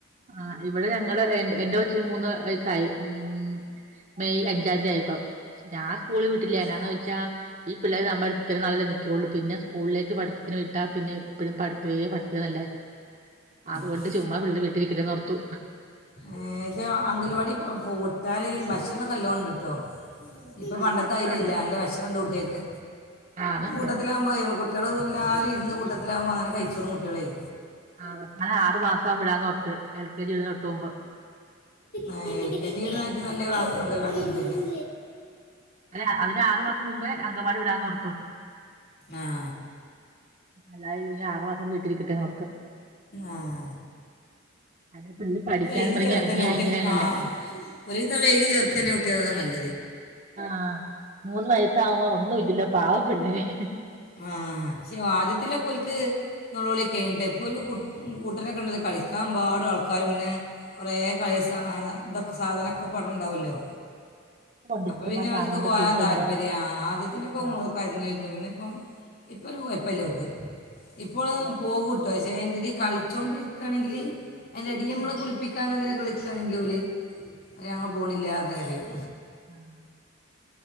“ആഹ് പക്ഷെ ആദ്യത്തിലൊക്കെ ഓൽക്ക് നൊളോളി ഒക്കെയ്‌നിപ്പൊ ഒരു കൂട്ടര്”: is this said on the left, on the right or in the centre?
Left